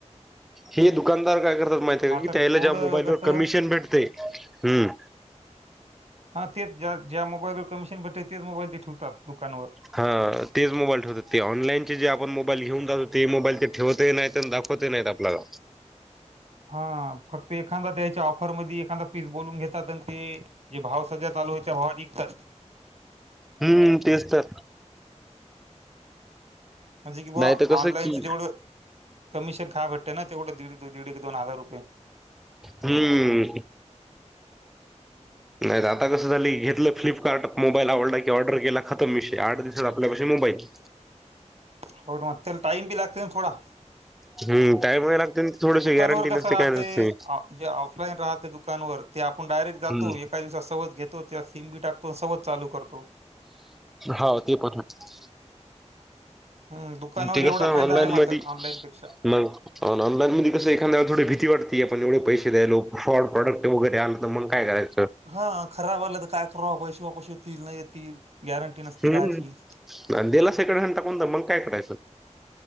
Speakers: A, in the centre; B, on the right.
A: हे दुकानदार काय करतात माहिती
B: मात्र
A: का की त्याला
B: थोडं
A: ज्या मोबाईलवर
B: कसं
A: कमिशन भेटते हम्.
B: हां तेच ज्या ज्या मोबाईलवर कमिशन भेटेते तेच मोबाईल ते ठेवतात दुकानवर
A: हा तेच मोबाईल ठेवतात ते ऑनलाईनचे जे आपण मोबाईल घेऊन जातो, ते मोबाईल ते ठेवत नाही दाखव. होते नाहीत आपल्याला
B: हा फक्त एखादा त्याच्या ऑफरमध्ये एखादा पीस बोलून घेतात आणि ते जे भाव सध्या चालू होयच्या भावातत
A: हम्म तीच तर
B: म्हणजे की बा
A: नाही तर कसं
B: ऑनलाईनचं
A: की
B: जेवढं कमिशन खा भेतय ना तेवढं दीड दीड दोन हजार रुपये.
A: हम्म. नाही आता कसं झाली घेतलं फ्लिपकार्ट मोबाईल आवडला की ऑर्डर केला खतम विषय आठ दिवस आपल्यापाशी मोबाईल
B: होर म टाइमी लागते थोडा.
A: हम् त्यायमुळे लागते थोडशी
B: दुकानवर
A: गॅरंटी नसते
B: कसं राहते
A: काय नसते.
B: जे ऑफलाईन राहते दुकानवर ते आपण डायरेक्ट जातो
A: हम्म
B: एका दिवसात सहज घेतो. तो त्यात सिम बी टाकतो <unintelligible> चालू करतो
A: हा ते पण हाय.
B: हम्म दुकानावर
A: ते
B: एवढा
A: कस ऑनलाईन
B: फायदा आहे मात्र
A: मधी
B: ऑनलाईन पेक्षा
A: मगं आणि ऑनलाईन म कसं एखाद्यावर थोडी भीती वाटती आपण एवढे पैसे द्यायलो फॉड प्रॉडक्ट वगैरे आलं तर मग काय करायचं.
B: हा खराब आला तर काय कराव पैसे वापस येतील नाही येतील गॅरंटी नसती
A: हम्म
B: कायची.
A: दिला सेकंड हॅन्ड दिला तर मग काय करायचं.